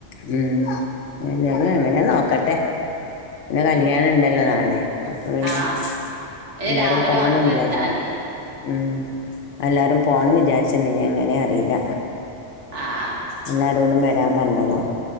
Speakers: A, on the left; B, on the right.
A: ഉ ഏതായാലും എങ്ങനെ നോക്കട്ടെ പിന്നെ കല്യാണണം ഉണ്ടല്ലോ നാളെ അപ്പൊ പിന്നെ
B: ആഹ് പിന്നെ
A: എല്ലാരും
B: രാവിലെ
A: പോണംല്ല
B: മാത്രം വെച്ചാ മതി
A: മ എല്ലാവരും പോണം വിചാരിച്ചരുന്നു ഇഞ അങ്ങനെ അറിയില്ല
B: ആഹ്
A: എന്നടോണ് വരാൻ പറഞ്ഞതാ